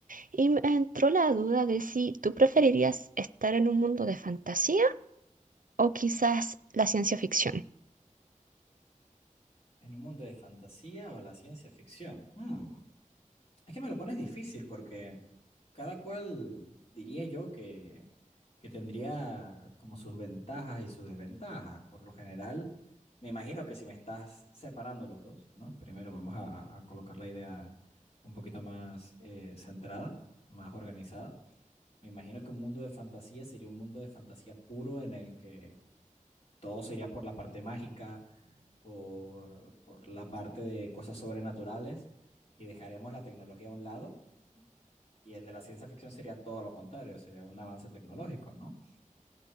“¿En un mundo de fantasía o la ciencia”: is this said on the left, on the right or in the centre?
Left